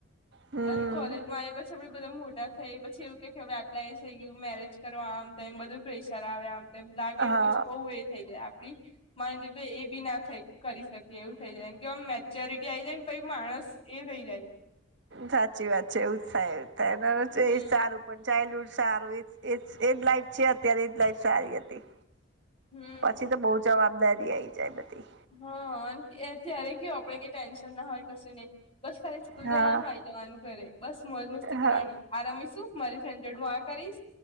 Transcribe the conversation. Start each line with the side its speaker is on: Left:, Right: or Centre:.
Right: હમ
Left: અલ કોલેજ માં આયે પછી આપડે બધા મોટા થઈ, પછી એવુંકે હવે આટલા એજ થઈ ગયું મેરેજ કરવા આમ. એમ બધું પ્રેશર આવે આમ. એમ લાગે એવુ
Right: હા
Left: પછી બહુ એ થઈ જાય, આપડી માન <unintelligible> એ બી ના થઈ કરી શક એવું થઇ જાયન, કે એમ મેચ્યોરિટી આઈ જાય ને પછી માણસ એ થઇ જાય.
Right: સાચી વાત છે, એવું જ થાય, <unintelligible>
Left: હમ
Right: એ સારું પણ ચાલ્ડહુડ સારું એજ એજ એજ લાઈફ છે અત્યારે, એજ લાઈફ સારી હતી,
Left: હમ
Right: પછી તો બહુજ જવાબદારી આઈ જાય બધી.
Left: હા, અન એ ત્યારે કયું આપડે કઈ ટેન્શન ના હોય કશુંને બસ ખાલી સ્કુલ
Right: હા
Left: જવાનું આઈ જવાનું ઘરે, બસ મોજ મસ્તી કરવાની,
Right: હા
Left: આ રામીશું, મારી ફ્રેન્ડ જોડ હું આ કરીશ.